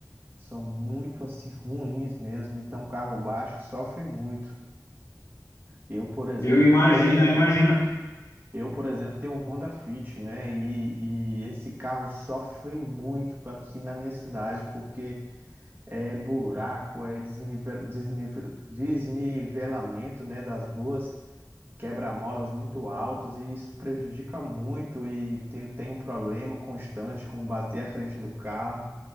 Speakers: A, on the right (about 30°); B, on the left (about 45°).
A: São muito assim ruins mesmo, então carro baixo sofre muito. Eu, por exemplo,
B: eu imagino,
A: tenho um
B: eu imagino.
A: Eu, por exemplo, tenho um Honda Fit, né? E, e esse carro sofre muito aqui na minha cidade, porque é buraco, é desnivel, desnivel, desnivelamento, né, das ruas, quebra-molas muito altos, e isso prejudica muito. E tem, tem um problema constante com bater a frente do carro,